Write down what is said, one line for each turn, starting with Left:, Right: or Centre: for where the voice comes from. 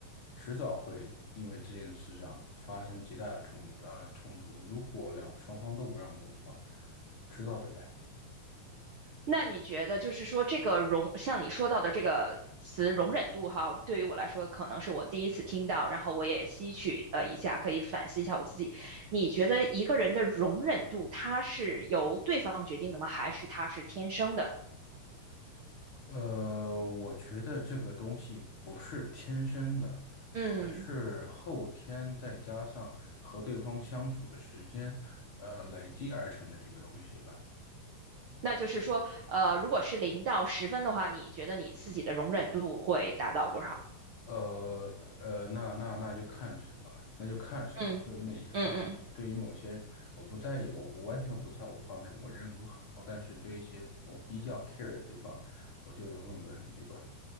Left: 迟早会因为这件事上发生极大的冲啊、冲突。如果两双方都不让步的话，迟早得来。
Right: 那你觉得就是说这个容，像你说到的这个词容忍度哈，对于我来说可能是我第一次听到，然后我也吸取了一下，可以反思一下我自己。你觉得一个人的容忍度，它是由对方决定的吗？还是他是天生的？
Left: 呃，我觉得这个东西不是天生的，
Right: 嗯，
Left: 而是后天再加上和对方相处的时间，呃，累积而成的一个东西吧。
Right: 那就是说，呃，如果是零到十分的话，你觉得你自己的容忍度会达到多少？
Left: 呃呃，那那那就看什么了，那就看什么。
Right: 嗯
Left: 对于哪一些方面，
Right: 嗯嗯。
Left: 对于某些我不在意，我我完全不在乎的方面，我忍容度很高。但是对一些我比较 care 的地方，我就容忍度很低吧。